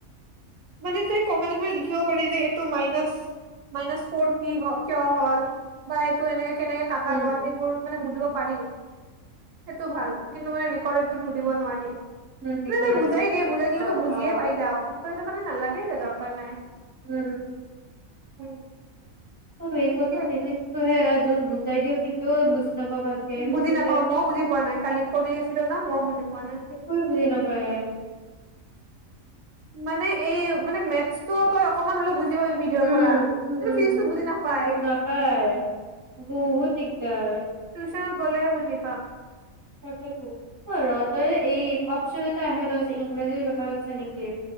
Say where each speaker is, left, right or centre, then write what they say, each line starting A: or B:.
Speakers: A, on the right; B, on the right.
A: মানে যে কমেন্ট মানে লিখিব পাৰি যে এইটো মাইনাছ, মাইনাছ ফোৰ পি হ কিয় হ'ল, বা এইটো এনেকে- কেনেকে কাটা
B: উম
A: গ'ল। সেইবোৰ মানে
B: উম
A: সুধিব পাৰি। সেইটো ভাল। কিন্তু মানে ৰেকৰ্ডেডটো সুধিব নোৱাৰি।
B: বিপৰত
A: নাই তাই বুজাই দিয়ে, বুজাই দিল
B: অ
A: তো বুজিয়ে-
B: অ
A: পাই যাওঁ। ত সেইটো কাৰণে নালাগে ত, দৰকাৰ নাই।
B: উম
A: উম।
B: <unintelligible>
A: তাকে
B: জি <unintelligible> বুজাই দিওঁ সেইটো বুজি- নাপাওঁ ভালকে সেইটোহে
A: বুজি নাপাওঁ মইও বুজি পোৱা নাই। কালি পৰি আছিলোঁ ন, মইও বুজি পোৱা নাই।
B: একোৱে বুজি নাপায়
A: মানে এই মানে মেথছটো তোই অকনমান হ'লেও বুজি- পাবি ভিডিঅ'ৰ
B: উম,
A: পৰা
B: উম,
A: কিন্তু
B: উম,
A: ফিজিক্সটো বুজি নাপায়
B: উম, নাপায়, বহুত দিগদাৰ।
A: টিউচনত গ'লেহে বুজি পাম
B: তাকেটো, ও ৰ' দে এই অপশ্যন এটা আহে ন যে, ইংৰাজী কথা পাতিছা নেকি?